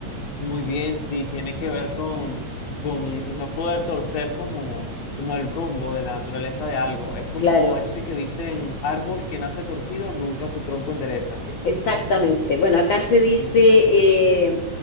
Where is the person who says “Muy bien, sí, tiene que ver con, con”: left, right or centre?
Left